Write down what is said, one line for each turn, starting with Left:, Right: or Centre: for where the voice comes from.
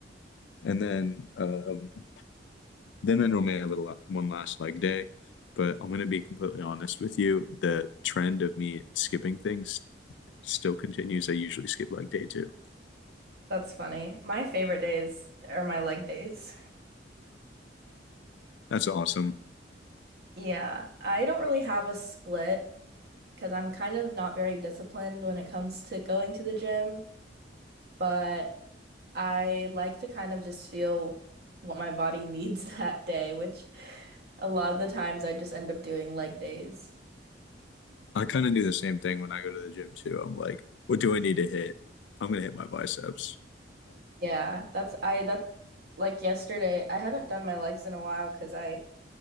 Left: And then um then I normally have a la one last leg day, but I'm gonna be completely honest with you, the trend of me skipping things still continues. I usually skip leg day too.
Right: funny. My favorite days are my leg days.
Left: That's awesome.
Right: Yeah, I don't really have a split because I'm kind of not very disciplined when it comes to going to the gym. but I like to kind of just feel what my body needs <laughs> that day, which a lot of the times I just end up doing leg days.
Left: I kind of do the same thing when I go to the gym too. I'm like, what do I need to hit? I'm gonna hit my biceps.
Right: Yeah, that's I that's like yesterday. I haven't done my legs in a while because I